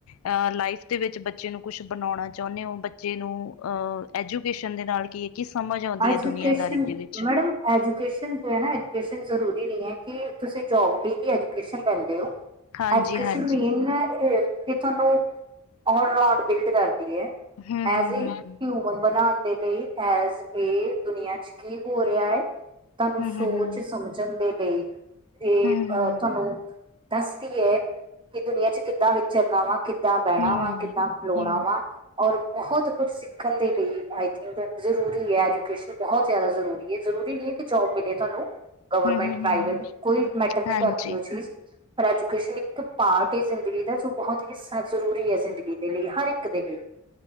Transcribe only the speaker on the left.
ਅ ਲਾਈਫ ਦੇ ਵਿੱਚ ਬੱਚੇ ਨੂੰ ਕੁਛ ਬਣਾਉਣਾ ਚਾਹੁੰਦੇ ਹੋ ਬੱਚੇ ਨੂੰ ਅਹ ਐਜੂਕੇਸ਼ਨ ਦੇ ਨਾਲ ਕੀ ਕੀ ਸਮਝ ਆਉਂਦੀ
ਏ ਦੁਨੀਆਂ ਦਾਰੀ ਦੇ ਵਿੱਚ।
ਹਾਂਜੀ
ਹਾਂਜੀ
hmm
hmm
ਹਮ
ਹਮ
ਹਮ ਹਮ
ਹਮ
ਹਮ
ਹਮ ਹਮ
ਹਮ
ਹੂੰ-ਹੂੰ-ਹੂੰ,
ਹਾਂਜੀ-ਹਾਂਜੀ,